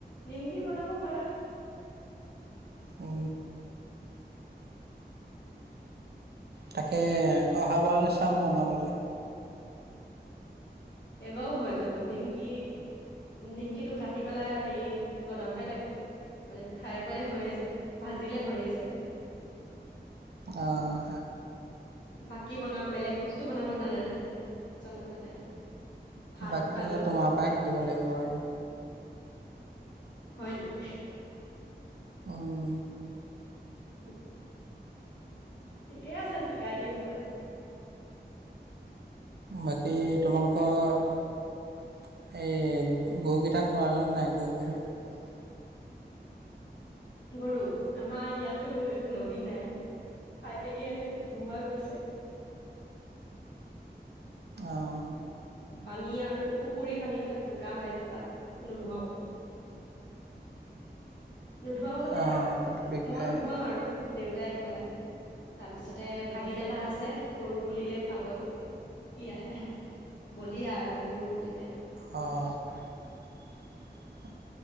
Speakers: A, on the left (about 85°); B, on the right (about 70°).
A: নিমকি বনাব পাৰো
B: অ। তাকে অহাবাৰলৈ চাম বনাবলৈ
A: এইবাৰও হৈ যাব নিমকি নিমকিটো কাটি পেলাই হে বনাবহে লাগে মানে ফ্ৰাই কৰিলে হৈয়ে যায় ভাজিলে হৈয়ে যায়।
B: আহ
A: বাকী বনাম বেলেগ বস্তু বনাব জানে নে নাই জানান নে নাই ভাত
B: বাকীতো
A: পানী
B: তোমাৰ পৰাই শিকিব লাগিব আৰু।
A: হয় নেকি?
B: উম।
A: উম ঠিকে আছে শিকাই দিম বাৰু।
B: বাকী তোমালোকৰ এই গৰুকেইটাক নোৱালান নাই গৰু বিহুত
A: গৰু আমাৰ ইয়াততো নদী নাই পাইপেদি ধুওঁৱা গৈছে।
B: অঁ
A: পানী আৰু পুখুৰী পানীবিলাক বোকা হয় যে তাত নোধোৱাও নোধোৱা মানে
B: অঁ তাতো দিগদাৰ
A: মই নোধোৱা আৰু। দেউতাই ধুৱাই তাৰপিছতে ভাগিন এটা আছে গৰু বুলিলেই পাগল সি আহে বলিয়া আৰু গৰু বুলিলে
B: অ'।